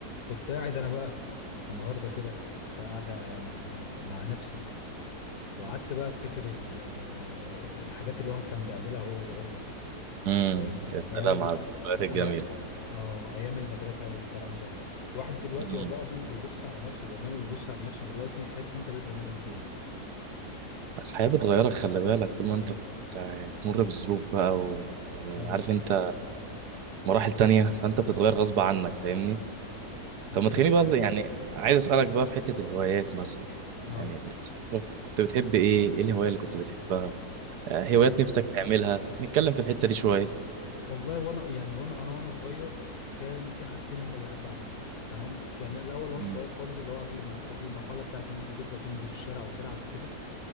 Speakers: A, on the left; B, on the right.
A: كنت قاعد انا بقى النهارده كده في قعده مع نفسي وقعدت بقى افتكر ال- الحاجات اللي الواحد كان بيعملها وهو صغير
B: امم
A: فاهم
B: يا
A: ايام
B: سلام
A: ال
B: على الذكريات الجميلة
A: أي... اه ايام المدرسه والكلام ده الواحد دلوقتي
B: امم
A: والله العظيم بيبص على نفسه زمان ويبص على نفسه دلوقتي بتحس ان انت بقيت بني ادم تاني
B: الحياة بتغيرك خلي بالك طول ما انت بت- يعني بتمر بظروف بقى و... يعني
A: امم
B: عارف انت مراحل تانية فانت بتتغير غصب عنك فاهمني طب ما
A: كده
B: تخليني
A: كده
B: بقى يعني عايز اسألك بقى في حتة الهوايات مثلا
A: اه
B: يعني من صغرك كنت بتحب ايه ايه الهواية اللي كنت بتحبها آه،
A: والله
B: هوايات نفسك تعملها هنتكلم في الحتة دي شوية
A: والله وانا يعني وانا انا وانا صغير كان في حاجتين هم اللي بحب اعملهم تمام يعني الاول وانا
B: امم
A: صغير خالص اللي هو قبل ما قبل المرحله بتاعت ان انت تبدا تنزل الشارع وتلعب وكده